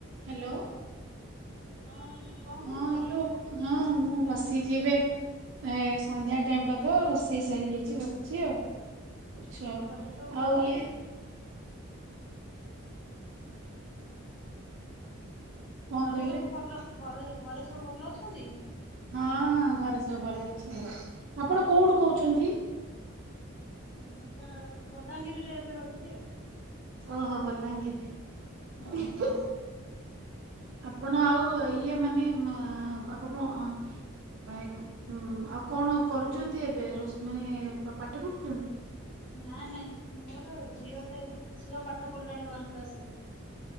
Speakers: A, on the right; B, on the left.
A: Hello.
B: ହଁ କଣ କରୁଛ?
A: ହଁ ହାଲୋ ହଁ ମୁଁ ବସି ଯିବେ ଏ ସନ୍ଧ୍ୟା ଟାଇମଟା ତ ରୋଷେଇ ସାରିଯାଇଚି ବସିଚି ଆଉ। ଆଛା
B: ଘରେ ସବୁ ଭଲ
A: ଆଉ
B: ଅଛନ୍ତି?
A: ଇଏ କଣ
B: ଘରେ
A: କହିଲେ
B: ସବୁ ଭଲ ଘରେ ଘରେ ସବୁ ଭଲ ଅଛନ୍ତି?
A: ହଁ ହଁ ଘରେ ସବୁ ଭଲ ଅଛନ୍ତି ଆପଣ କୋଉଠୁ କୋହୁଚନ୍ତି?
B: ଢେଙ୍କାନାଳ ବଲାଙ୍ଗିରିରେ ଏବେ ରହୁଚି ଆଉ।
A: ଓହୋ ବଲାଙ୍ଗିରରେ।
B: ହୁଁ
A: ଓହୋ। ଆପଣ ଆଉ ଇଏ ମାନେ ମା ଆପ କଣ ଅ ଆଇକୁ ଉଁ ଆଉ କଣ କରୁଚନ୍ତି ଏବେ ରୋଷ୍ ମାନେ ପ-ପାଠ ପଢ
B: ନାଁ ନାଇଁ ମୋର ଝିଅ ଟେ ଝିଅ ପାଠପଢ଼ିଲାଣି ୱାନ କ୍ଲାସରେ।